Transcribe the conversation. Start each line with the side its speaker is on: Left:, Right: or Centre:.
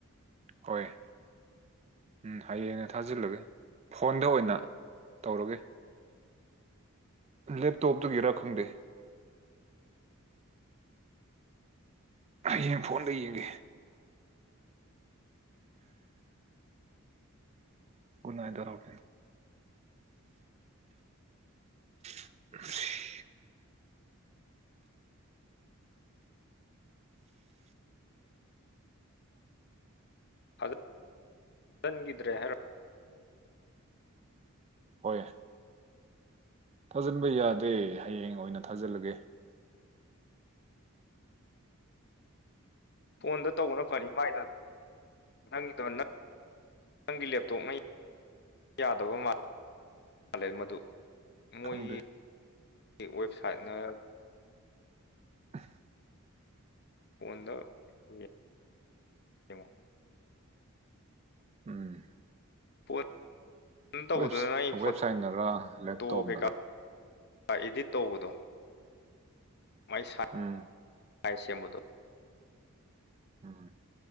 Right: ꯍꯣꯏ ꯎꯝ ꯍꯌꯦꯡꯅ ꯊꯥꯖꯤꯜꯂꯒꯦ ꯐꯣꯟꯗ ꯑꯣꯏꯅ ꯇꯧꯔꯒꯦ ꯂꯦꯞꯇꯣꯞꯇꯨꯒꯤꯔꯥ ꯈꯪꯗꯦ ꯍꯌꯦꯡ ꯐꯣꯟꯗ ꯌꯦꯡꯒꯦ ꯒꯨꯅꯥꯏꯗꯧꯔꯥꯎꯅꯤ <unintelligible>
Left: ꯊꯥꯖꯟꯒꯤꯗ꯭ꯔꯦ ꯍꯥꯏꯔꯣ
Right: ꯍꯣꯏ ꯊꯥꯖꯤꯟꯕ ꯌꯥꯗꯦ ꯍꯌꯦꯡ ꯑꯣꯏꯅ ꯊꯥꯖꯤꯜꯂꯒꯦ
Left: ꯐꯣꯟꯗ ꯇꯧꯕꯅ ꯐꯅꯤ ꯃꯥꯏꯗꯣ ꯅꯪꯒꯤꯗꯣ ꯅꯪ ꯅꯪꯒꯤ ꯂꯦꯞꯇꯣꯞꯅ ꯌꯥꯗꯕ ꯃꯥꯜꯂꯦ ꯃꯥꯜꯂꯦ ꯃꯗꯨ ꯃꯣꯏꯒꯤ
Right: ꯈꯪꯗꯦ
Left: ꯋꯦꯕꯁꯥꯏꯠꯅ
Right: <unintelligible>
Left: ꯐꯣꯟꯗ <unintelligible> ꯌꯦꯡꯉꯣ
Right: ꯎꯝ
Left: ꯐꯣꯟ ꯇꯧꯕꯗꯨꯗꯅ
Right: ꯋꯦꯕ
Left: ꯑꯩ ꯐꯣꯇꯣ
Right: ꯋꯦꯕꯁꯥꯏꯠꯅꯔ ꯂꯦꯞꯇꯣꯞꯅꯔ
Left: ꯀꯩꯀꯥ ꯏꯗꯤꯠ ꯇꯧꯕꯗꯣ ꯃꯥꯏ ꯁꯥꯏ
Right: ꯎꯝ
Left: ꯁꯦꯝꯕꯥ ꯗꯣ
Right: ꯎꯝ